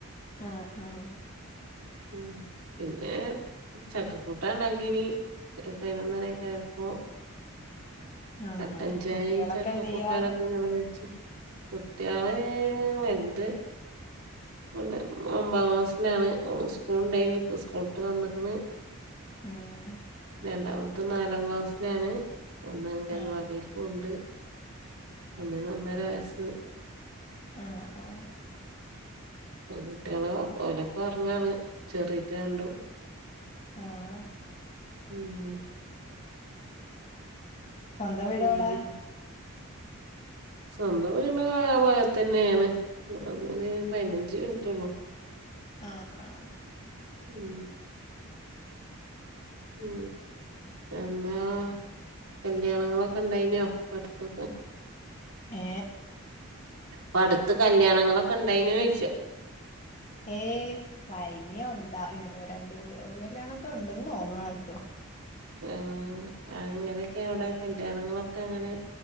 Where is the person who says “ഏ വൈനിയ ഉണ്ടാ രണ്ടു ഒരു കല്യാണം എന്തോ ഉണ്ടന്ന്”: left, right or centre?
Left